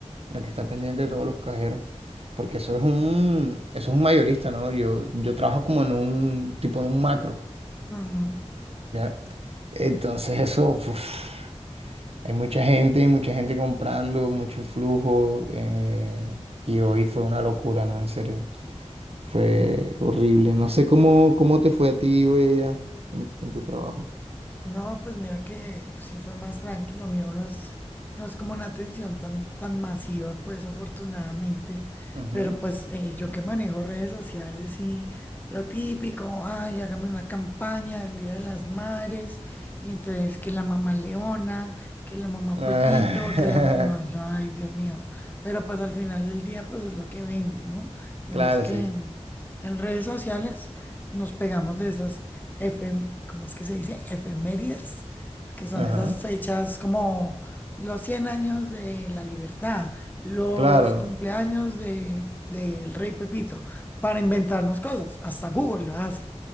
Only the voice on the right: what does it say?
la que está pendiente de todos los cajeros, porque eso es un, eso es un mayorista, ¿no? Yo, yo trabajo como en un, tipo en un macro,
¿ya? Entonces eso, uf, hay mucha gente, hay mucha gente comprando, mucho flujo, eh, y hoy fue una locura, ¿no? En serio, fue horrible. No sé cómo, cómo te fue a ti hoy allá en en tu trabajo.
Ujú.
Ah,
<laughs> claro,
sí.
Ajá.
Claro.